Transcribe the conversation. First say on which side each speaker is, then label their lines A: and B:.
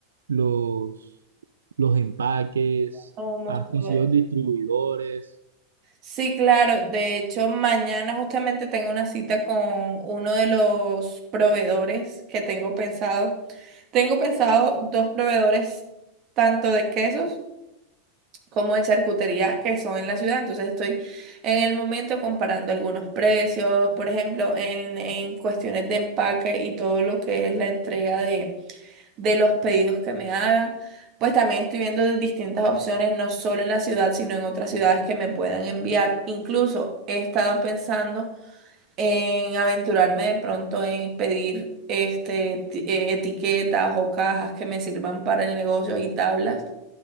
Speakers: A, on the right; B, on the right.
A: los, los empaques,
B: somos
A: has
B: todo
A: conseguido
B: eso.
A: distribuidores.
B: Sí, claro. De hecho, mañana justamente tengo una cita con uno de los proveedores que tengo pensado Tengo pensado dos proveedores, tanto de quesos como de charcutería, que son en la ciudad. Entonces estoy en el momento comparando algunos precios, por ejemplo, en, en cuestiones de empaque y todo lo que es la entrega de, de los pedidos que me hagan. Pues también estoy viendo de distintas opciones, no solo en la ciudad, sino en otras ciudades que me puedan enviar. Incluso he estado pensando en aventurarme de pronto en pedir este, ti- eh, etiquetas o cajas que me sirvan para el negocio y tablas